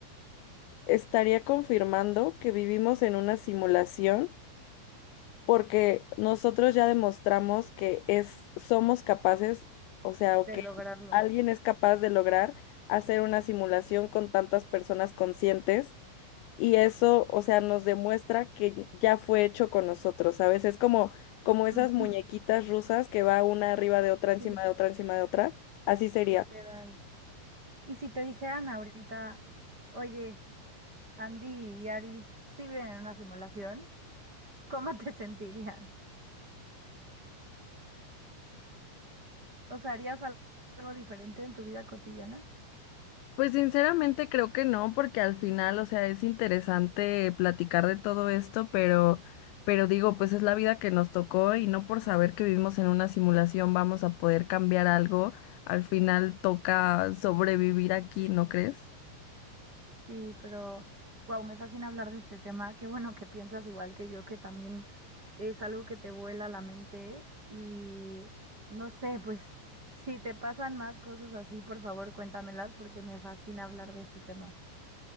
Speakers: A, on the left (about 85°); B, on the right (about 20°).
A: estaría confirmando que vivimos en una simulación porque nosotros ya demostramos que es, somos capaces, o sea, o que
B: lograrlo.
A: alguien es capaz de lograr hacer una simulación con tantas personas conscientes y eso, o sea, nos demuestra que ya fue hecho con nosotros, ¿sabes? Es como, como esas
B: Ujú,
A: muñequitas
B: <laughs>
A: rusas que va una arriba de otra, encima
B: Sí,
A: de otra, encima de otra, así sería.
B: literal. Y si te dijeran ahorita, oye, Andy y Ari, si viven en una simulación, ¿cómo te <laughs> sentirías? O sea, ¿harías al- algo diferente en tu vida cotidiana?
A: Pues sinceramente creo que no, porque al final, o sea, es interesante platicar de todo esto, pero, pero digo, pues es la vida que nos tocó y no por saber que vivimos en una simulación vamos a poder cambiar algo. Al final toca sobrevivir aquí, ¿no crees?
B: Sí, pero wow, me fascina hablar de este tema. Qué bueno que piensas igual que yo, que también es algo que te vuela la mente. Y no sé, pues <laughs> si te pasan más cosas así, por favor, cuéntamelas porque me fascina hablar de este tema.